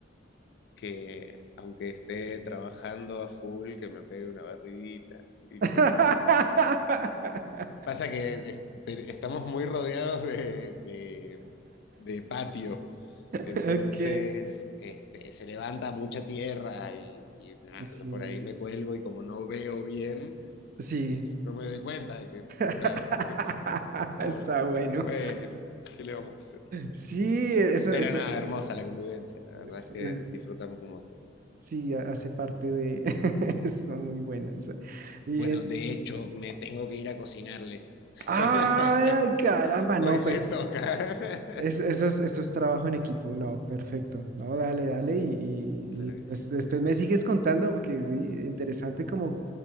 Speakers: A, on the left; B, on the right.
A: que aunque esté trabajando a full, que me pegue una barridita y
B: <laughs>
A: me parece perfecto. Pasa que es- te- estamos muy rodeados de, de- de patio, entonces
B: Ok.
A: este, se levanta mucha tierra y, y nada,
B: Sí,
A: yo por ahí me cuelgo y como no veo bien,
B: sí.
A: eh, no me doy cuenta de que
B: <laughs>
A: está de que
B: Está
A: polvo y
B: bueno.
A: tal. Bueno, ¿qué le vamos a hacer?
B: Sí, eso,
A: Pero
B: eso,
A: nada, hermosa la convivencia, la verdad
B: es-
A: es
B: eh,
A: que nos disfrutamos un montón.
B: sí, ha- hace parte de, <laughs> está muy bueno eso. Y,
A: Bueno,
B: en-
A: de hecho, me tengo que ir a cocinarle. <laughs>
B: ay, caramba,
A: Hoy
B: no,
A: me
B: pues,
A: toca.
B: es-
A: <laughs>
B: eso es, eso es trabajo en equipo, no, perfecto, no, dale, dale, y, y,
A: Claro
B: y después,
A: que sí.
B: después me sigues contando, porque sí, interesante como